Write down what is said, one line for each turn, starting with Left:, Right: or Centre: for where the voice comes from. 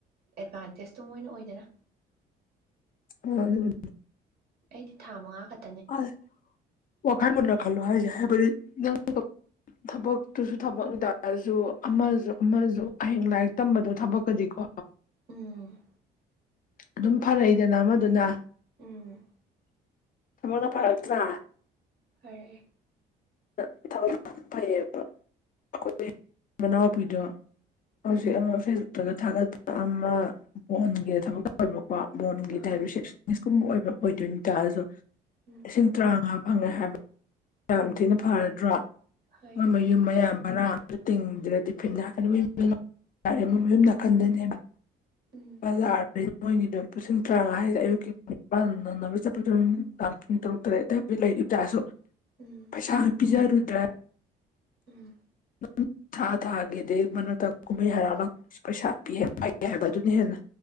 Right: ꯑꯦꯗꯚꯥꯟꯇꯦꯖꯇꯣ ꯃꯣꯏꯅ ꯑꯣꯏꯗꯅ
Left: ꯍꯣꯏ ꯑꯗꯨꯕꯨ
Right: ꯑꯩꯗꯤ ꯊꯥ ꯃꯉꯥ ꯈꯠ
Left: ꯑꯁ ꯋꯥꯈꯜ ꯃꯨꯟꯅ ꯈꯜꯂꯣ ꯍꯥꯏꯖꯤ ꯍꯥꯏꯕꯗꯤ ꯅꯪ <unintelligible> ꯊꯕꯛꯇꯨꯖꯨ ꯊꯕꯛ ꯇꯥꯔꯖꯨ ꯑꯃꯖꯨ ꯑꯃꯖꯨ ꯍꯌꯦꯡ ꯂꯥꯏꯔꯤꯛ ꯇꯝꯕꯗꯣ ꯊꯕꯛꯀꯗꯤꯀꯣ
Right: ꯎꯝ
Left: ꯑꯗꯨꯝ ꯐꯔꯛꯏꯗꯅ ꯑꯃꯗꯨꯅ
Right: ꯎꯝ
Left: ꯊꯕꯛꯅ ꯐꯔꯛꯇ꯭ꯔꯥ
Right: ꯐꯔꯛꯑꯦ
Left: ꯈꯔ ꯊꯕꯛ ꯐꯩꯌꯦꯕ ꯑꯩꯈꯣꯏ ꯃꯅꯥꯎꯄꯤꯗꯣ
Right: ꯎꯝ
Left: ꯍꯧꯖꯤꯛ ꯑꯃ ꯐꯦꯁ ꯇꯒ ꯊꯥꯒꯠꯄ ꯑꯃ ꯃꯣꯟꯒꯤ ꯊꯕꯛ ꯇꯧꯋꯦꯕꯀꯣ ꯃꯣꯟꯒꯤ
Right: ꯑꯥ
Left: ꯗꯥꯏꯕꯔꯁꯤꯛꯁ ꯃꯤꯁ ꯀꯨꯝꯕ ꯑꯣꯏꯕ ꯑꯣꯏꯗꯣꯏꯅꯦ ꯇꯥꯔꯁꯨ
Right: ꯎꯝ
Left: ꯂꯤꯁꯤꯡ ꯇꯔꯥꯉꯥ ꯐꯪꯉꯦ ꯍꯥꯏꯕ ꯌꯥꯝ
Right: ꯎꯝ
Left: ꯊꯤꯅ ꯐꯔꯗ꯭ꯔꯥ
Right: ꯍꯣꯏ
Left: ꯃꯣꯏ ꯃꯌꯨꯝ ꯃꯌꯥꯝ ꯕꯔꯥ ꯇꯤꯡꯗ꯭ꯔꯗꯤ ꯐꯩꯅ <unintelligible> ꯃꯌꯨꯝ ꯅꯥꯀꯟꯗꯅꯦꯕ
Right: ꯎꯝ
Left: ꯃ ꯂꯥꯔꯗꯤ ꯃꯣꯏꯒꯤꯗꯣ ꯂꯤꯁꯤꯡ ꯇꯔꯥꯉꯥ ꯍꯥꯏꯖꯦ ꯑꯌꯨꯛꯀꯤ ꯄꯨꯡ ꯅꯤꯄꯥꯜ ꯅꯪꯕ ꯆꯠꯄꯗꯨ ꯅꯨꯡꯗꯥꯡ ꯄꯨꯡ ꯇꯔꯨꯛ ꯇꯔꯦꯠ ꯑꯗꯨ ꯂꯩꯔꯤ ꯇꯥꯔꯁꯨ
Right: ꯎꯝ
Left: ꯄꯩꯁꯥ ꯄꯤꯖꯔꯨꯗ꯭ꯔꯥ
Right: ꯎꯝ
Left: <unintelligible> ꯊꯥ ꯊꯥꯒꯤ ꯑꯗꯩ <unintelligible> ꯀꯨꯝꯍꯩ ꯍꯔꯥꯎ ꯄꯩꯁꯥ ꯄꯤꯑꯦꯝ ꯐꯩ ꯍꯥꯏꯕ ꯑꯗꯨꯅ ꯍꯦꯟꯅ